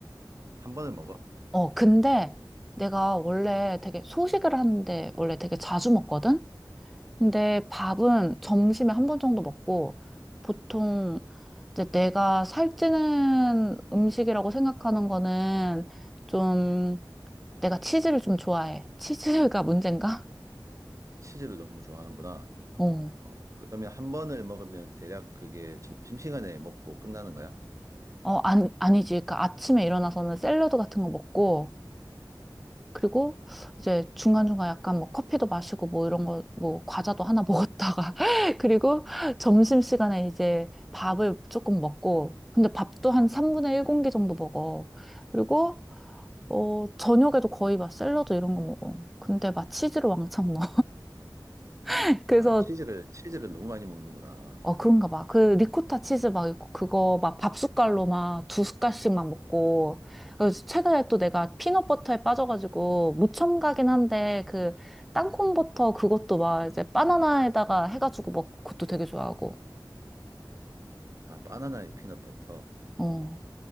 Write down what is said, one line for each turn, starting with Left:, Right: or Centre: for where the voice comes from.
Right: 한 번을 먹어?
Centre: 어, 근데 내가 원래 되게 소식을 하는데 원래 되게 자주 먹거든? 근데 밥은 점심에 한 번 정도 먹고 보통 이제 내가 살찌는 음식이라고 생각하는 거는 좀 내가 치즈를 좀 좋아해. <laughs> 치즈가 문제인가?
Right: 치즈를 너무 좋아하는구나.
Centre: 어.
Right: 어, 그러면 한 번을 먹으면 대략 그게 점심시간에 먹고 끝나는 거야?
Centre: 어, 아니, 아니지. 그러니까 아침에 일어나서는 샐러드 같은 거 먹고 그리고 이제 중간중간 약간 뭐 커피도 마시고 뭐 이런 거, 뭐 과자도 하나 먹었다가. <laughs> 그리고 점심시간에 이제 밥을 조금 먹고. 근데 밥도 한 3분의 1 공기 정도 먹어. 그리고, 어, 저녁에도 거의 막 샐러드 이런 거 먹어. 근데 막 치즈를 왕창 넣어. <laughs> 그래서
Right: 아, 치즈를, 치즈를 너무 많이 먹는구나.
Centre: 어, 그런가 봐. 그 리코타 치즈 막 있고 그거 막 밥 숟갈로 막 두 숟갈씩만 먹고. 그래서 최근에 또 내가 피넛버터에 빠져가지고 무첨가긴 한데 그 땅콩버터 그것도 막 이제 바나나에다가 해가지고 먹고 그것도 되게 좋아하고.
Right: 아, 바나나에 피넛버터.
Centre: 어.